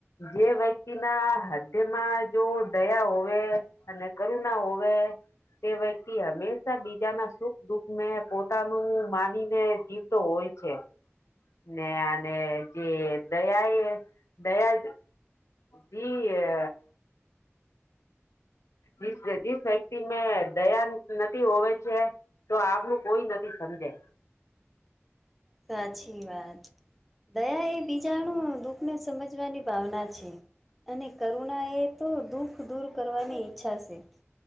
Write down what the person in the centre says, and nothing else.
સાચી વાત. દયા એ બીજાણું દુઃખને સમજવાની ભાવના છે. અને કરુણાએ તો દુઃખ દૂર કરવાની ઈચ્છા છે.